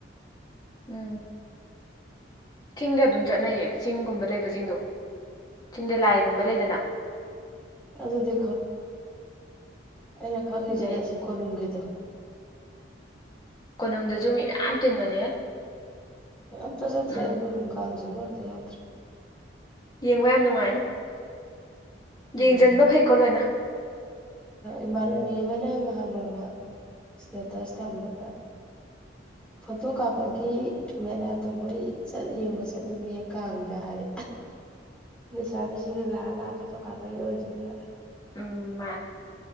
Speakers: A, on the left; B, in the centre.
A: ꯎꯝ ꯆꯤꯡꯗ ꯑꯗꯨꯝ ꯆꯠꯅꯩꯌꯦ ꯆꯤꯡꯒꯨꯝꯕ ꯂꯩꯕꯁꯤꯡꯗꯣ ꯆꯤꯡꯗ ꯂꯥꯏꯒꯨꯝꯕ ꯂꯩꯗꯅ
B: ꯑꯗꯗꯤ ꯑꯩꯅ ꯈꯪꯉꯤꯁꯤꯅꯦ
A: ꯂꯩ
B: ꯁꯤ ꯀꯣꯅꯨꯡꯝꯒꯤꯗ
A: ꯀꯣꯅꯨꯡꯗꯁꯨ ꯃꯤ ꯃꯌꯥꯝ ꯇꯤꯟꯕꯅꯦ
B: ꯑꯝꯇ ꯆꯠꯇ꯭ꯔꯤ
A: ꯎꯝ
B: ꯑꯩ ꯈꯨꯔꯨꯝꯅꯨꯡ ꯀꯥꯜꯁꯤꯕ ꯑꯝ ꯌꯥꯎꯗ꯭ꯔꯦ
A: ꯌꯦꯡꯕ ꯌꯥꯝ ꯅꯨꯡꯉꯥꯏꯅꯤ
B: ꯎꯝ
A: ꯌꯦꯡꯁꯤꯟꯕ ꯐꯩꯀꯣ ꯂꯣꯏꯅ
B: ꯏꯃꯥꯟꯅꯕꯤ ꯑꯃꯅ ꯉꯍꯥꯟ ꯅꯣꯡꯃ ꯏꯁꯇꯦꯇꯁ ꯊꯝꯕꯗ ꯐꯣꯇꯣ ꯀꯥꯞꯄꯒꯤ ꯃꯦꯂꯥ ꯇꯧꯕ ꯆꯠ ꯌꯦꯡꯕ ꯆꯠꯅꯤꯡꯉꯦ ꯀꯥꯡꯗ ꯍꯥꯏ ꯂꯩꯁꯥꯕꯤꯁꯤꯡꯅ ꯂꯥꯛꯑ ꯂꯥꯛꯄꯗꯣ ꯀꯥꯞꯄꯒꯤ ꯑꯣꯏꯗꯣꯏꯅꯦꯕ
A: ꯎꯝ ꯃꯥꯅꯦ